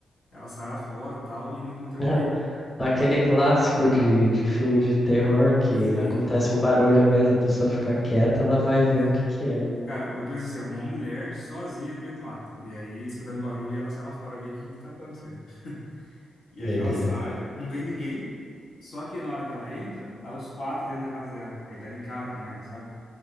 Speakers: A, on the left (about 80°); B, on the left (about 25°).
A: ela sai lá fora tal e não encontra
B: <laughs>
A: ninguém.
B: Aquele clássico de, de filme de terror que
A: <laughs> Sim,
B: acontece um barulho, ao invés da pessoa ficar quieta, ela vai ver
A: é.
B: o que que é.
A: Cara, eu penso assim, ó, uma mulher sozinha no meio do mato. E aí, escutando barulho, ela sai lá fora ver o que que tá acontecendo. E
B: Doideira.
A: aí ela sai, não vê ninguém. Só que na hora que ela entra, tá os quatro dentro da casa dela. Aí dá de cara com ela, sabe?